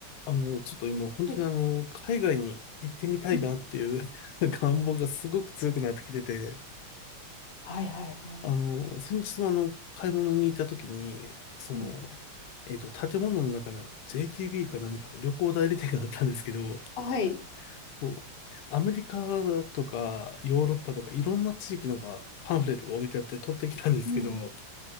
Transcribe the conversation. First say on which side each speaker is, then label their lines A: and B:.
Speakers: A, on the left; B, on the left.
A: あの、ちょっと今、本当にあの、
B: はい。
A: 海外に行ってみたいなっていう
B: うん。
A: <laughs> 願望がすごく強くなってきてて、
B: はいはいはい。
A: あの、先日もあの、買い物に行った時に、その、
B: うん。
A: えっと、建物の中にあの JTB か何かの旅行代理店があったんですけど、
B: はい。
A: こう、アメリカだとか、ヨーロッパとか、いろんな地域のが、パンフレットが置いてあって取ってきたんですけど、
B: うん。